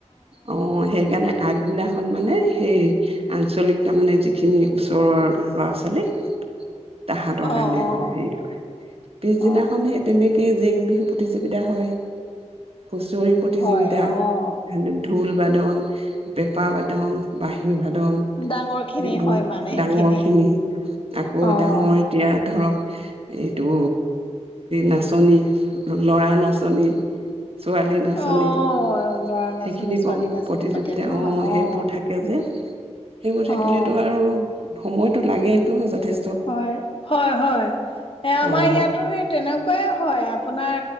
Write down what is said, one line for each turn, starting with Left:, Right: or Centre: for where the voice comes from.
Right: অ সেইকাৰণে আগদিনাখন মানে সেই আঞ্চলিক তাৰমানে যিখিনি ওচৰৰ ল'ৰা ছোৱালী তাহাঁতৰ
Left: অ',
Right: কাৰণে মানে হেৰি কৰে পিছদিনাখন
Left: অ',
Right: সেই তেনেকে গোটেই জেং বিহু প্ৰতিযোগিতা হয় হুঁচৰি প্ৰতিযোগিতা
Left: হয়, অ',
Right: ঢোল বাদন পেঁপা বাদন বাঁহী সাধাৰণ সেইবোৰ
Left: ডাঙৰখিনি হয় মানে সেইখিনি
Right: ডাঙৰ খিনি কত
Left: অ',
Right: ডাঙৰ এতিয়া ধৰক এইটো নচ লৰা নাচনী ছোৱালী নাচনী
Left: অ',
Right: সেইখিনি
Left: ল'ৰা নাচনী ছোৱালী
Right: কম
Left: নাচনী
Right: প্ৰতিযোগিতা
Left: পাতে ন
Right: অঁ
Left: অ',
Right: সেইবোৰ থাকে যে সেইবোৰ থাকিলেতো
Left: অ'।
Right: আৰু সময়তটো লাগেটোহে যথেষ্ট
Left: হয় হয় হয় এ
Right: অ',
Left: আমাৰ ইয়াতো স তেনেকুৱাই হয় আপোনাৰ